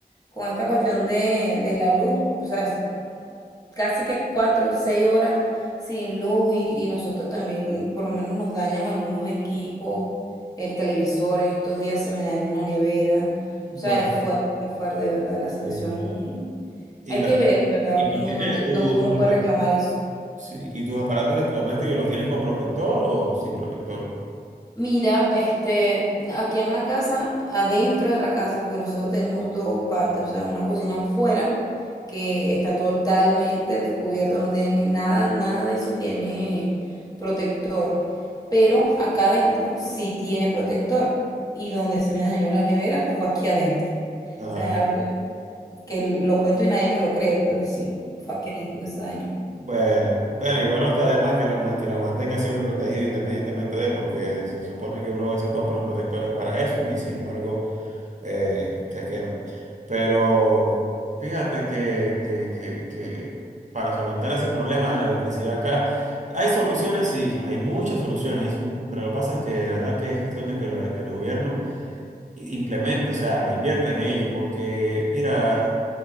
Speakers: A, on the left (about 25°); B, on the right (about 50°).
A: con esta cuestión de, de la luz, o sea, casi que cuatro, seis horas sin luz y, y nosotros también, por lo menos nos dañan algunos equipos, el televisor, en estos días se me dañó una nevera,
B: Bueno,
A: o sea, es fuerte, es fuerte, de verdad, la situación,
B: sí. y,
A: hay
B: la,
A: que ver, de verdad,
B: y
A: cómo,
B: mantiene
A: dónde, dónde
B: tu-
A: uno
B: tus
A: puede
B: apa-
A: reclamar eso.
B: sí, y tus aparatos electrodomésticos, ¿los tienes con protector o sin protector?
A: Mira, este, aquí en la casa, adentro de la casa, porque nosotros tenemos dos partes, o sea, una cocina afuera que está totalmente al descubierto, no tiene ni- nada, nada de eso tiene protector, pero acá adentro sí tiene protector y donde se me dañó la nevera fue aquí adentro.
B: Ah.
A: O sea, es algo que lo cuento y nadie me lo cree, pero sí, fue aquí adentro que se dañó.
B: Bueno, bueno, igual no está de más que lo, ma- que lo mantenga siempre protegido independientemente de, porque se supone que uno a veces compra los protectores para eso y sin embargo eh, se queman. Pero fíjate que, que, que, que para solventar ese problema de la electricidad acá, hay soluciones, sí, hay muchas soluciones, hay mu- pero lo que pasa es que de verdad que es cuestión de que lo- el gobierno implemente, o sea, invierta en ello, porque mira...